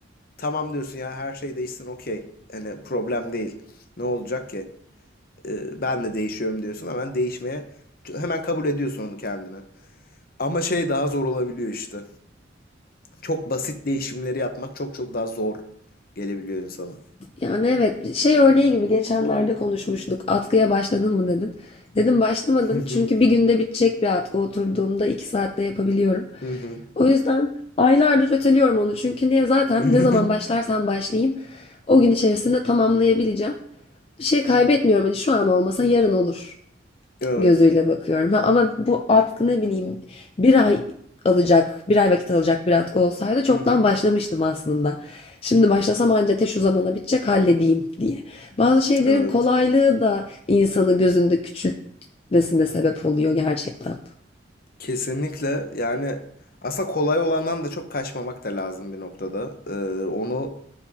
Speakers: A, on the left; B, on the left.
A: tamam diyorsun ya her şey değişsin okey. Hani problem değil. Ne olacak ki? e, ben de değişiyorum diyorsun. Hemen değişmeye hemen kabul ediyorsun onu kendine. Ama şey daha zor olabiliyor işte. Çok basit değişimleri yapmak çok çok daha zor gelebiliyor insana.
B: Yani evet şey örneği gibi geçenlerde konuşmuştuk. Atkıya başladın mı dedin. Dedim başlamadım
A: Hı hı.
B: çünkü bir günde bitecek bir atkı oturduğumda iki saatte yapabiliyorum.
A: Hı hı.
B: O yüzden aylardır öteliyorum onu çünkü niye zaten
A: <laughs>
B: ne zaman başlarsam başlayayım o gün içerisinde tamamlayabileceğim. Bir şey kaybetmiyorum hani şu an olmasa yarın olur.
A: Evet.
B: gözüyle bakıyorum. Ha, Ama bu atkı ne bileyim bir ay alacak, bir ay vakit alacak bir atkı olsaydı çoktan
A: Hı hı.
B: başlamıştım aslında. Şimdi başlasam anca te şu zamana bitecek halledeyim diye. Bazı şeylerin
A: Evet.
B: kolaylığı da insanı gözünde küçültmesine sebep oluyor gerçekten.
A: Kesinlikle yani aslında kolay olandan da çok kaçmamak da lazım bir noktada. Ee, onu